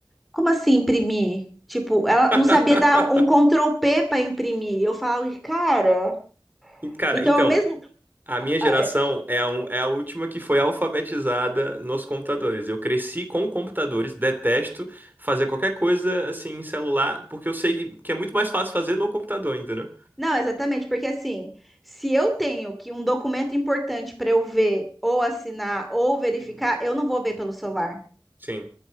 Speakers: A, in the centre; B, on the right.
A: Como assim imprimir? Tipo, ela
B: <laughs>
A: não sabia dar um Ctrl P para imprimir. Eu falo, cara.
B: Cara,
A: Então,
B: então
A: ao mesmo.
B: A minha geração
A: ah, é-
B: é a, un- é a última que foi alfabetizada nos computadores. Eu cresci com computadores, detesto fazer qualquer coisa assim em celular, porque eu sei que é muito mais fácil fazer no computador, entendeu?
A: Não, exatamente, porque assim, se eu tenho que um documento importante para eu ver, ou assinar, ou verificar, eu não vou ver pelo celular.
B: Sim.